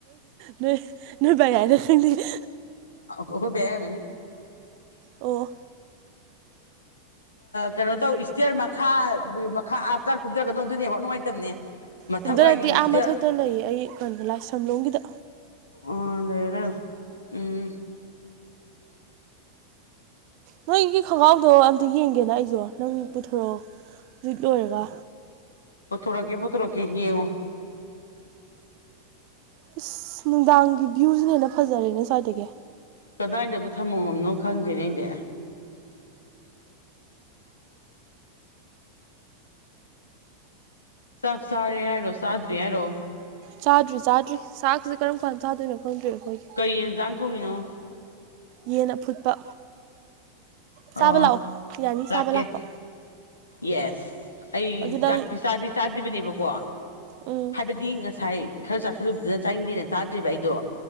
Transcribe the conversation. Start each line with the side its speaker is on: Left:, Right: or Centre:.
Right: ꯅꯣꯏ ꯅꯣꯏ ꯕꯒꯥꯏꯗ ꯈꯪꯗꯦ <inaudible>
Left: ꯑꯣ ꯕꯒꯒꯅꯤ
Right: ꯑꯣ
Left: ꯀꯩꯅꯣ ꯇꯧ ꯏꯁꯇꯔ ꯃꯈꯥ ꯃꯈꯥ ꯍꯥꯥꯞꯇꯥ ꯀꯨꯝꯊꯒꯅꯣ ꯑꯗꯨꯅꯦꯕ ꯅꯨꯡꯉꯥꯏꯇꯕꯅꯦ ꯃꯊꯛ
Right: ꯀꯨꯝꯊꯔꯗꯤ
Left: ꯋꯥꯏꯒꯤ
Right: ꯑꯥ
Left: ꯏꯁꯇꯤꯌꯔ
Right: ꯃꯊꯛꯇ ꯂꯩꯌꯦ ꯑꯩ ꯀꯩꯅꯣ ꯂꯥꯏ ꯁꯝꯂꯣꯝꯒꯤꯗ
Left: ꯑꯣ ꯂꯩꯔ ꯎꯝ
Right: ꯅꯣꯏꯒꯤ ꯈꯣꯡꯒ꯭ꯔꯥꯎꯗꯣ ꯑꯝꯇ ꯌꯦꯡꯒꯦꯅ ꯑꯩꯁꯨꯣ ꯅꯪ ꯄꯨꯊꯣꯔꯛꯑꯣ ꯍꯧꯖꯤ ꯂꯣꯏꯔꯔꯕ
Left: ꯄꯨꯊꯣꯔꯛꯀꯦ ꯄꯨꯊꯔꯀꯦ ꯍꯉ
Right: ꯏꯁꯁ ꯅꯨꯡꯗꯥꯡꯒꯤ ꯚ꯭ꯌꯨꯁꯤꯅ ꯍꯦꯟꯅ ꯐꯖꯔꯦꯅꯦ ꯁ꯭ꯋꯥꯏꯗꯒꯤ
Left: ꯀꯗꯥꯏꯗꯕꯨ ꯊꯝꯃꯝꯃꯝꯅꯣ ꯈꯪꯗꯦꯅꯦ ꯑꯩꯗꯤ ꯁꯥꯛ ꯁꯥꯔꯦ ꯍꯥꯏꯔꯣ ꯁꯥꯗ꯭ꯔꯤ ꯍꯥꯏꯔꯣ
Right: ꯆꯥꯗꯔꯤ ꯆꯥꯗ꯭ꯔꯤ ꯆꯥꯛꯁꯤꯦ ꯀꯔꯝ ꯀꯥꯟꯗ ꯆꯥꯗꯣꯏꯅꯣ ꯈꯪꯗ꯭ꯔꯤ ꯑꯩꯈꯣꯏꯒꯤ
Left: ꯀꯩ ꯌꯦꯟꯖꯥꯡ ꯊꯣꯡꯉꯤꯅꯣ
Right: ꯌꯦꯟꯅ ꯐꯨꯠꯄ
Left: ꯑꯣ
Right: ꯆꯥꯕ ꯂꯥꯛꯑꯣ ꯌꯥꯅꯤ
Left: ꯂꯥꯛꯀꯦ
Right: ꯆꯥꯕ ꯂꯥꯛꯄ
Left: ꯌꯦꯁ ꯑꯩ
Right: ꯑꯗꯨ ꯅꯪ
Left: ꯆꯥꯛ ꯆꯥꯗꯦ ꯆꯥꯗ꯭ꯔꯤꯕꯅꯦꯕꯀꯣ
Right: ꯎꯝ
Left: ꯍꯥꯏꯕꯗꯤ ꯉꯁꯥꯏ ꯉꯁꯥꯏ ꯈꯔ ꯆꯥꯥꯁꯜꯂꯨꯕꯗꯨꯅ ꯆꯥꯅꯤꯡꯗꯦꯅ ꯆꯥꯗ꯭ꯔꯤꯕꯕ ꯑꯩꯗꯣ